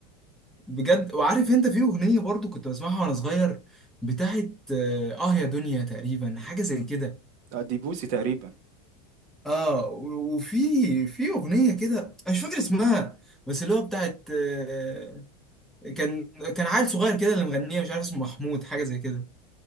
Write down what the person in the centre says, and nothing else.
بجد وعارف انت في اغنيه برضو كنت بسمعها وانا صغير بتاعت اه آه يا دنيا تقريبا حاجه زي كده
اه و- وفي في اغنيه كده أنا مش فاكر اسمها بس اللي هو بتاعت آه كان كان عيل صغير كده اللي مغنيه مش عارف اسمه محمود حاجه زي كده